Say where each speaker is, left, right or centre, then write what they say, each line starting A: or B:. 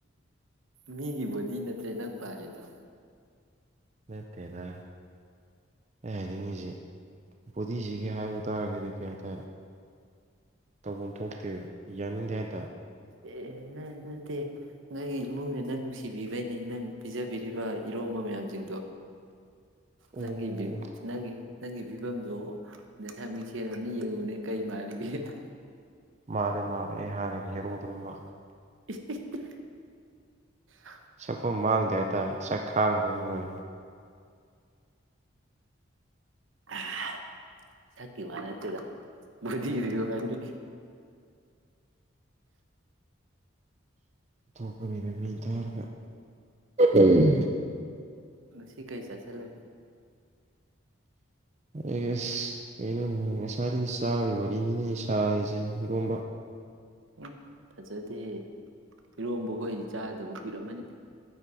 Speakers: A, on the right; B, on the right.
A: ꯃꯤꯒꯤ ꯕꯣꯗꯤ ꯅꯠꯇ꯭ꯔꯦ ꯅꯪ ꯄꯥꯜꯂꯤꯗꯣ
B: ꯅꯠꯇꯦꯗ ꯑꯦ ꯅꯤꯡꯉꯁꯤꯦ ꯕꯣꯗꯤꯤꯁꯤꯒꯤ ꯍꯥꯏꯔꯨ ꯇꯥꯔꯒꯗꯤ ꯀꯩ ꯍꯥꯏꯇꯥꯔꯦ ꯇꯧꯐꯝ ꯊꯣꯛꯇꯦꯕ ꯌꯥꯅꯤꯡꯗꯦ ꯍꯥꯏ
A: ꯑꯦ ꯑꯦ ꯅ ꯅꯠꯇꯦ ꯅꯪꯒꯤ ꯏꯃꯨꯡꯅꯦ ꯅꯪ ꯅꯨꯡꯁꯤ ꯅꯨꯡꯁꯤꯕꯤꯕꯩꯅꯦ ꯅꯪ ꯄꯤꯖꯕꯤꯔꯤꯕ ꯏꯔꯣꯝꯕ ꯃꯌꯥꯝꯁꯤꯡꯗꯣ
B: ꯑꯣ
A: ꯅꯒꯤꯕꯤꯞ ꯅꯪꯒꯤ ꯅꯪꯒꯤ ꯐꯤꯕꯝꯗꯣ ꯅꯁꯃꯤꯡꯁꯦꯜ ꯑꯃꯅ ꯌꯦꯡꯉꯨꯅꯦ ꯀꯩ ꯃꯥꯜꯂꯤꯒꯦꯗꯣ
B: ꯃꯥꯅꯦ ꯃꯥꯅꯦ ꯑꯩ ꯍꯥꯟꯅꯒꯤ ꯍꯦꯔꯣꯗꯨ ꯑꯗꯨꯝ ꯋꯥꯉꯦ
A: ꯏꯁ ꯏꯁ <inaudible>
B: ꯁꯛꯐꯝ ꯃꯥꯡꯗꯦ ꯍꯥꯏꯇꯥꯔꯦ ꯁꯛ ꯈꯥꯡꯕꯗꯨ ꯑꯣꯏ
A: ꯑꯑꯥꯍꯥꯥ ꯁꯛꯀꯤ ꯋꯥ ꯅꯦꯠꯇꯦꯗ ꯕꯣꯗꯤꯗꯨꯏ ꯋꯥꯅꯤ
B: ꯑꯣꯟꯊꯣꯛꯄꯅꯤꯗ ꯃꯤꯅ ꯇꯔꯥꯒ ꯎꯝ
A: ꯉꯁꯤ ꯀꯩ ꯆꯁꯜꯂꯒꯦ
B: ꯑꯩꯒꯤꯁ ꯀꯩꯅꯣ ꯉꯁꯥꯏꯗꯒꯤ ꯆꯥꯕꯩ ꯋꯥ ꯑꯅꯤꯅꯦ ꯁꯥꯔꯤꯁꯦ ꯏꯔꯣꯝꯕ
A: ꯎꯝ ꯐꯖꯗꯦ ꯏꯔꯣꯝꯕꯈꯣꯏ ꯆꯥꯗꯕ ꯀꯨꯏꯔꯝꯃꯅꯤ